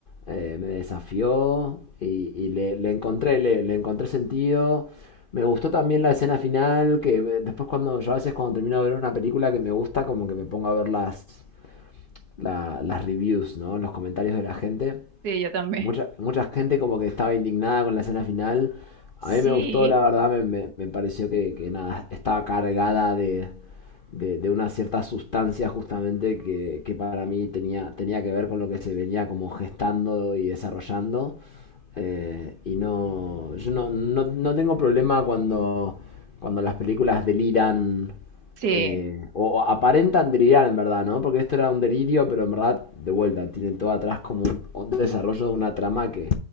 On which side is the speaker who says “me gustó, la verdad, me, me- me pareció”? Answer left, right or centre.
Left